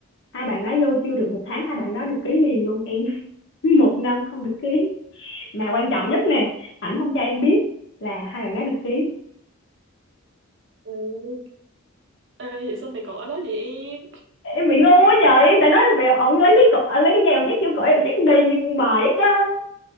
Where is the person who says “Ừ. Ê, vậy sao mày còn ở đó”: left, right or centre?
Right